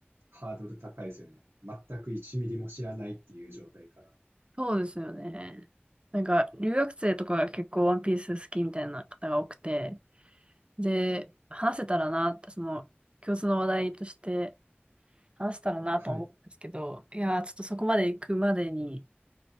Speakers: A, on the right; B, on the right.
A: ハードル高いですよね。全く1ミリも知らないっていう状態から。
B: そうですよね。なんか、留学生とかが結構ワンピース好きみたいな方が多くて、で、話せたらなって、その、共通の話題として話せたらなと思ったんですけど、
A: はい、
B: いやー、ちょっとそこまで行くまでに